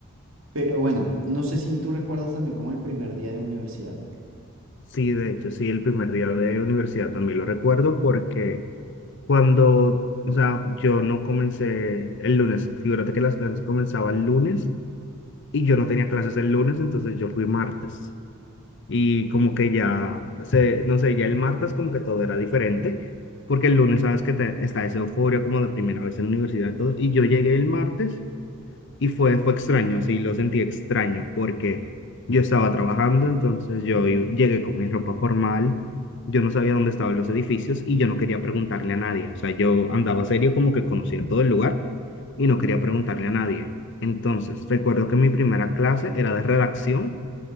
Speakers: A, on the right; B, on the left.
A: Pero bueno, no sé si tú recuerdas también como el primer día de universidad.
B: Sí, de hecho, sí, el primer día de universidad también lo recuerdo porque cuando, o sea, yo no comencé el lunes, figúrate que las clases comenzaban el lunes y yo no tenía clases el lunes, entonces yo fui martes. Y como que ya, se, no sé, ya el martes como que todo era diferente, porque el lunes sabes que te- está esa euforia como de primera vez en la universidad y todo, y yo llegué el martes. Y fue, fue extraño, sí, lo sentí extraño porque yo estaba trabajando, entonces yo i- llegué con mi ropa formal, yo no sabía dónde estaban los edificios y yo no quería preguntarle a nadie. O sea, yo andaba serio como que conocía todo el lugar y no quería preguntarle a nadie. Entonces, recuerdo que mi primera clase era de redacción